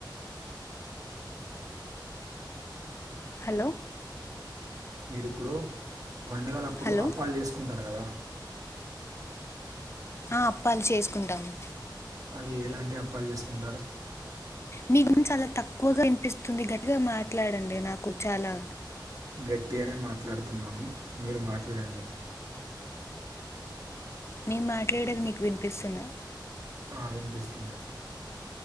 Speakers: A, on the left; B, on the right.
A: హలో
B: మీరిప్పుడు పండుగలప్పుడుఅప్పాలు
A: హలో
B: చేసుకుంటారు కదా
A: ఆ అప్పాలు చేసుకుంటాము
B: అవి ఎలాంటి అప్పాలు చేసుకుంటారు
A: మీ గొంతు చాలా తక్కువగా వినిపిస్తుంది గట్టిగా మాట్లాడండి నాకు చాలా
B: గట్టిగానే మాట్లాడుతున్నాము మీరు మాట్లాడండి
A: మేము మాట్లాడేది మీకు వినిపిస్తుందా
B: ఆ వినిపిస్తుంది